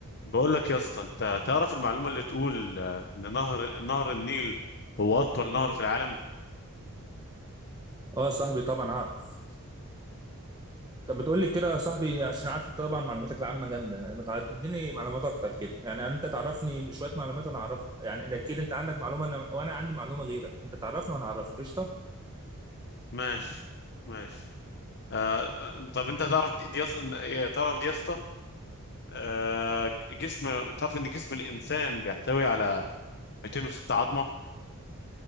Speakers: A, on the left; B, on the right.
A: بقول لك يا اسطى انت تعرف المعلومه اللي تقول آه، ان نهر نهر النيل هو اطول نهر في العالم
B: اه صاحبي طبعا اعرف طب ما تقول لي كده يا صاحبي عشان عارف انت طبعا معلوماتك العامه جامده يعني ما تعديني معلومات اكتر كده يعني انت تعرفني شويه معلومات وانا اعرفك يعني اكيد انت عندك معلومه أنا... وانا عندي معلومه غيرك انت تعرفني وانا اعرفك قشطه
A: ماشي ماشي آه آه، طب انت تعرف دي دي يس... إن- إيه، تعرف دي يا اسطى آه جسم تعرف ان جسم الانسان بيحتوي على 206 عظمه